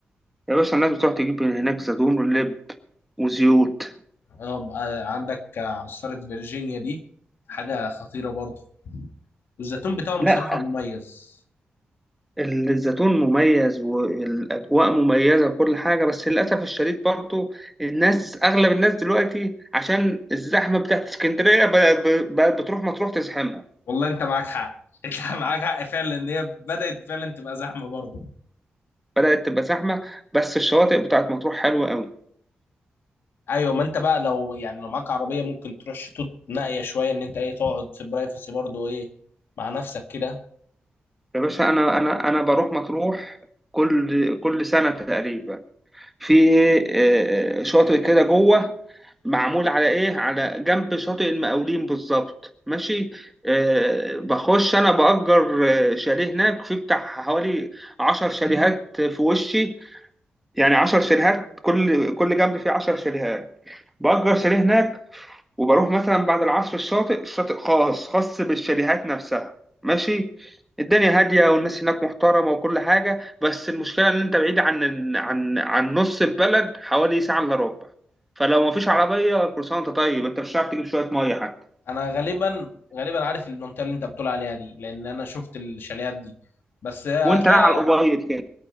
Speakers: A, in the centre; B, on the left.
A: يا باشا الناس بتروح تجيب من هناك زيتون ولب وزيوت
B: اه بقى عندك عصاره فيرجينيا دي حاجه خطيره برضه والزيتون بتاعهم
A: لا
B: بصراحه مميز
A: الزيتون مميز والاجواء مميزه وكل حاجه بس للاسف الشديد برضه الناس اغلب الناس دلوقتي عشان الزحمه بتاعت اسكندريه بقت بقت بتروح مطروح تزحمها
B: والله انت معاك حق انت <laughs> معاك حق فعلا ان هي بدات فعلا تبقى زحمه برضه
A: بدأت تبقى زحمة بس الشواطئ بتاعت مطروح حلوة قوي
B: ايوه ما انت بقى لو يعني لو معاك عربيه ممكن تروح شطوط نائيه شويه ان انت ايه تقعد في برايفسي برضو ايه مع نفسك كده
A: يا باشا أنا أنا أنا بروح مطروح كل كل سنة تقريبا في إيه، آه، شاطئ كده جوه معمول على إيه على جنب شاطئ المقاولين بالظبط ماشي آه، بخش أنا بأجر آه، شاليه هناك في بتاع حوالي عشر شاليهات في وشي يعني عشر شاليهات كل كل جنب فيه عشر شاليهات بأجر شاليه هناك وبروح مثلا بعد العصر الشاطئ الشاطئ خاص خاص بالشاليهات نفسها ماشي الدنيا هادية والناس هناك محترمة وكل حاجة بس المشكلة إن أنت بعيد عن ال- عن عن نص البلد حوالي ساعة إلا ربع فلو مفيش عربية كروسان أنت طيب أنت مش هتعرف تجيب شوية مية حتى
B: انا غالبا غالبا عارف المنطقه اللي انت بتقول عليها دي لان انا شفت الشاليهات دي بس هتلاقي
A: وأنت رايح على الأبيض كده